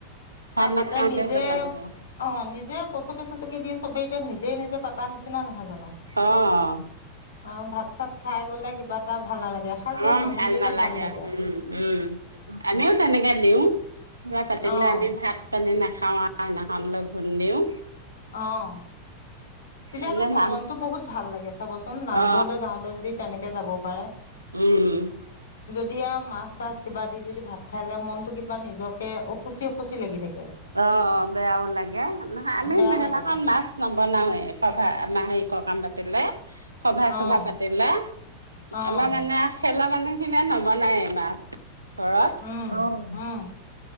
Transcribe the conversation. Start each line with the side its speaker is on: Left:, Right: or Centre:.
Right: ভাত
Left: অ', তাতে
Right: নাখাওঁতে
Left: নিজে
Right: যাব লাগে
Left: অ', নিজে পচকি চচকি দিয়ে, চবেই এতিয়া নিজে নিজে পাতা নিচিনা নহয় জানোঁ।
Right: অ
Left: অ ভাত চাত খাই গ'লে কিবা এটা ভাল নালাগে এসাঁজ ভাত
Right: অ',
Left: লঘোণ
Right: ভাল
Left: দিলে
Right: নালাগে
Left: লাগে।
Right: উম, উম, আমিও তেনেকে দিওঁ কিবা পাতিলে
Left: অঁ
Right: আমি ভাত পানী নাখাও দিনাখন লঘুন দিওঁ।
Left: অহ। তেতিয়া
Right: এনে
Left: আকৌ
Right: নাম
Left: মনতটো বহুত ভাল লাগে চাবচোন নামঘৰলৈ
Right: অ
Left: যাওঁতে যদি তেনেকে কে যাব পাৰে।
Right: উম।
Left: তেতিয়া যদি আৰু মাছ চাছ কিবা দি যদি ভাত খাই যায় মনতো কিবা নিজকে অসুচি অসুচি লাগি থাকে।
Right: অ', বেয়াও লাগে আমি
Left: বেয়া
Right: সেইদিনা
Left: লাগে
Right: খন মাছ নবনাওৱে। সভা মাহেৰিকা সকাম পাতিলে সভা
Left: অঁ
Right: চভা পাতিলে
Left: অঁ
Right: আমাৰ মানে চলা মানুহ খিনি নবনায় মাছ। ঘৰত
Left: উম
Right: অ'।
Left: উম